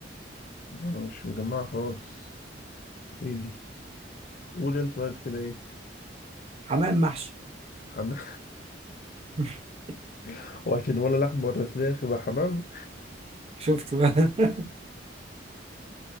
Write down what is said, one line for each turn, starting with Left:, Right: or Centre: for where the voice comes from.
Left: آه، مش مجمعة خالص ايه دي؟ قول انت طيب كده ايه؟
Right: حمام محشي
Left: حمام
Right: <laughs>
Left: <laughs> وعشان ولا لحمة ولا فراخ يبقى حمام
Right: شفت بقى <laughs>